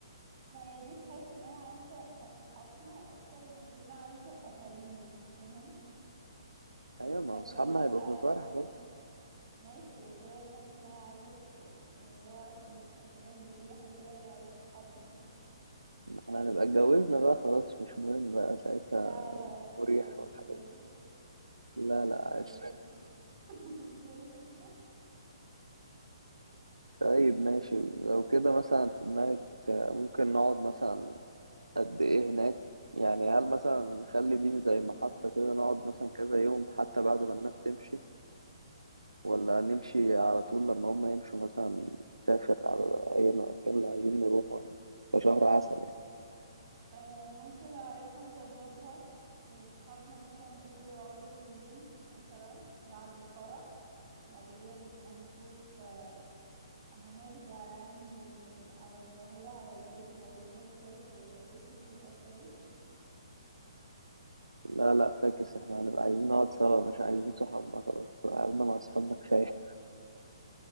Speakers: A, on the right (about 40°); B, on the right (about 85°).
A: ما هي دي تحس ان هي عايزه اصحابنا اكتر ما يكون عايزه اهالينا فاهم انت
B: ايوه
A: تحس
B: ما اصحابنا
A: اللي هو انت
B: هيبقوا
A: عايز
B: في الفرح
A: مثلا
B: برضه
A: ماشي بس هي تحس ان هي عايزه ص- يعني الموضوع عشان يبقى كده مريح وكده هي عايزه اصحابنا بس
B: ما احنا هنبقى اتجوزنا بقى خلاص مش مهم بقى ساعتها
A: لا لا لا
B: مريح
A: برضه
B: والحاجات
A: مش لازم
B: دي
A: <laughs>
B: لا
A: مش
B: لا عادي
A: لازم <laughs> مش لازم لا
B: طيب ماشي لو كده مثلا في دماغك آه، ممكن نقعد مثلا قد ايه هناك يعني هل مثلا نخلي دي زي محطة كده نقعد مثلا كذا يوم حتى بعد ما الناس تمشي ولا نمشي على طول لما هم يمشوا مثلا نسافر على اي مكان اللي عايزين نروحه يعني كشهر عسل
A: آه ممكن لو عرفنا نظبطها وصحابنا مثلا قدروا يقعدوا يومين مثلا بعد الفرح بعد كده نبقى نشوف آه، هنرجع يعني آه، على القاهرة على البيت وبعد كده نسافر ولا ايه دي تبقى كويسة
B: لا لا فاكس احنا هنبقى عايزين نقعد سوا مش عايزين صحابنا خلاص قعدنا مع صحابنا كفاية